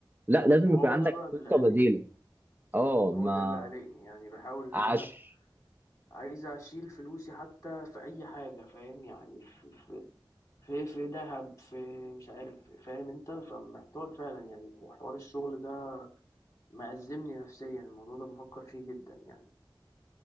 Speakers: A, on the right; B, on the left.
A: لا لازم
B: وهو
A: يكون عندك
B: ده بقى اللي
A: خطه
B: قلقني
A: بديله اه ما
B: هو ده اللي قلقني يعني بحاول ان
A: عش
B: انا عايز اشيل فلوسي حتى في اي حاجة فاهم يعني في في في في ذهب في مش عارف فاهم انت فمحتار فعلا يعني هو حوار الشغل ده مأزمني نفسيا الموضوع ده بفكر فيه جدا يعني